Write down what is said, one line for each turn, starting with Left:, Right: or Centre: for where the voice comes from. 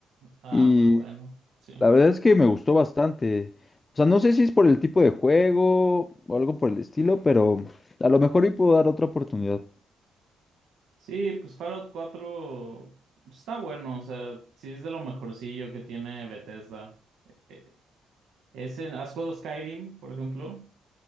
Right: Ah,
Left: y
Right: muy bueno, sí.
Left: la verdad es que me gustó bastante. O sea, no sé si es por el tipo de juego o algo por el estilo, pero a lo mejor y puedo dar otra oportunidad.
Right: Sí, pues Fallout cuatro está bueno, o sea, sí es de lo mejorcillo que tiene Bethesda. Eh, eh, Ese, ¿has jugado Skyrim, por ejemplo?